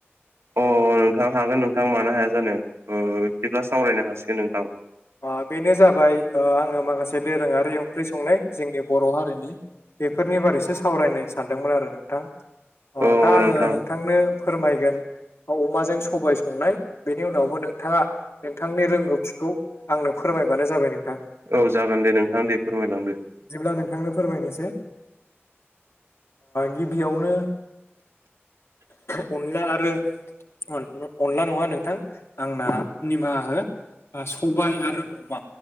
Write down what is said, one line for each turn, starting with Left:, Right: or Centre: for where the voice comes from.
Right: अ नोंथां हागोन नोंथां मानो हाया जानो ओ बिदिब्ला सावरायनो हासिगोन नोंथां।
Left: ओ बेनो जाबाय ओ आङो माखासे दोरोङारि ओंख्रि संनाय जोंनि बर' हारिनि बेफोरनि बारैसो सावरायनो सानदोंमोन आरो नोंथां अ
Right: औ
Left: दा आङो
Right: नोंथां
Left: नों थांनो फोरमायगोन औ अमाजों सबाय संनाय बेनि उनावबो नोंथाङा नोंथांनि रोंगौथिखौ आंनो फोरमायबानो जाबाय नोंथां।
Right: औ जागोन दे नोंथां दे फोरमायलांदो
Left: बिदिब्ला नोंथांनो फोरमायनोसै गिबियावनो अनला आरो अन अनला नङा नोंथां आंना निमाहा हो सबाय आरो अमा